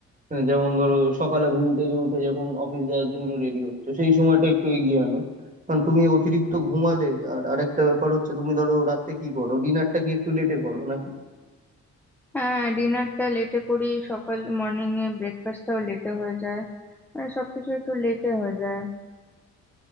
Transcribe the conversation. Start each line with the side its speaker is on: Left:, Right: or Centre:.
Right: হ্যাঁ, যেমন ধরো সকালে ঘুম থেকে উঠে যখন অফিস যাওয়ার জন্য রেডি হচ্ছে সেই সময়টা একটু এগিয়ে আনো কারণ তুমি অতিরিক্ত ঘুমালে আর আরেকটা ব্যাপার হচ্ছে তুমি ধরো রাতে কি করো ডিনারটা কি একটু লেটে করো নাকি
Centre: হ্যাঁ ডিনারটা লেটে করি সকাল মর্নিং এ ব্রেকফাস্টটাও লেটে হয়ে যায় মানে সবকিছু একটু লেটে হয়ে যায়